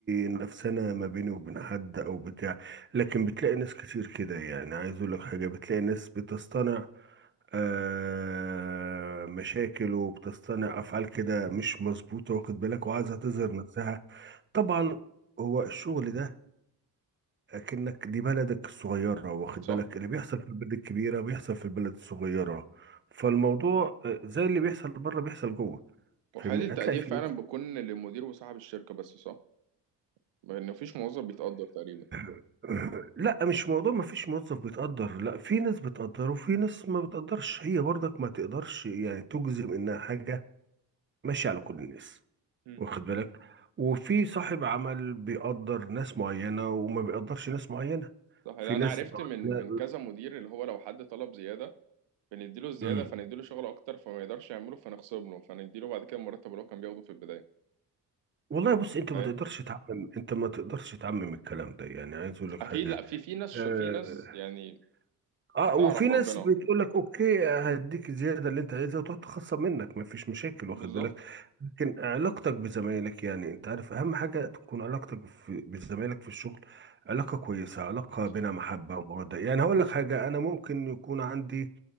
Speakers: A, on the right (about 25°); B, on the right (about 80°).
A: نفسنا ما بيني وبين حد او بتاع لكن بتلاقي ناس كتير كده يعني عايز اقول لك حاجة بتلاقي ناس بتصطنع آه، مشاكل وبتصطنع افعال كده مش مظبوطة واخد بالك وعايزة
B: أمم.
A: تظهر نفسها طبعا هو الشغل ده اكنك دي بلدك الصغيرة واخد
B: صح
A: بالك اللي بيحصل في البلد الكبيرة بيحصل في البلد الصغيرة فالموضوع آه، زي اللي بيحصل بره بيحصل جوه
B: وحالة
A: فاهمني
B: التقدير
A: هتلاقي في
B: فعلا
A: ناس
B: بيكون للمدير وصاحب الشركة بس صح لأن مفيش موظف بيتقدر تقريبا
A: <coughs> لا مش موضوع ما فيش موظف بيتقدر لا في ناس بتقدر وفي ناس ما بتقدرش هي برضك ما تقدرش يعني تجزم انها حاجة ماشية على كل الناس
B: أمم.
A: واخد بالك وفي صاحب عمل بيقدر ناس معينة وما بيقدرش ناس معينة
B: صح لأن
A: في
B: أنا
A: ناس
B: عرفت
A: بقى-
B: من من كذا مدير اللي هو لو حد طلب زيادة بنديله الزيادة
A: لا.
B: فنديله شغل أكتر فما يقدرش يعمله فنخصم له فنديله بعد كده المرتب اللي هو كان بياخده في البداية
A: والله بص انت
B: فاهم؟
A: ما تقدرش تعمم انت ما تقدرش تعمم الكلام ده يعني عايز اقول لك
B: اكيد
A: حاجه
B: لا في في ناس
A: اه,
B: في ناس يعني
A: آه
B: بتعرف
A: وفي ناس
B: ربنا
A: بتقول لك اوكي هديك الزياده اللي انت عايزها وتقعد تخصم منك ما فيش مشاكل واخد
B: بالظبط
A: بالك لكن علاقتك بزمايلك يعني انت عارف اهم حاجه تكون علاقتك في بزمايلك في الشغل علاقه كويسه علاقه
B: صح
A: بينها محبه وموده يعني هقول لك حاجه انا ممكن يكون عندي